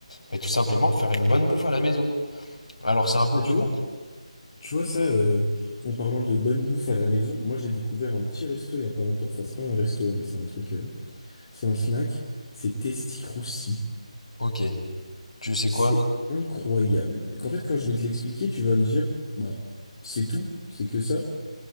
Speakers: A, on the left; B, on the left.
A: Mais tout simplement faire une bonne bouffe à la maison. Alors c'est un peu
B: Mais
A: plus
B: tu
A: compliqué.
B: vois, tu vois ça, euh, en parlant de bonne bouffe à la maison, moi j'ai découvert un petit resto il y a pas longtemps. Enfin, c'est pas un resto, mais c'est un truc, euh, c'est un snack. C'est Testy Crousty.
A: Ok. Tu sais
B: C'est
A: quoi?
B: incroyable. En fait, quand je vais te l'expliquer, tu vas me dire, bah, c'est tout, c'est que ça.